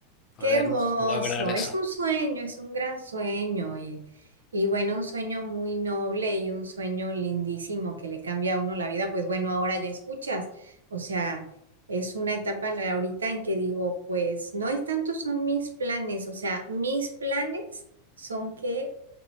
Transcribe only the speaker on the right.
Qué hermoso.
Es un sueño, es un gran sueño y, y bueno, un sueño muy noble y un sueño lindísimo que le cambia a uno la vida. Pues bueno, ahora ya escuchas. O sea, es una etapa en la- ahorita en que digo, pues no es tanto son mis planes, o sea, mis planes son que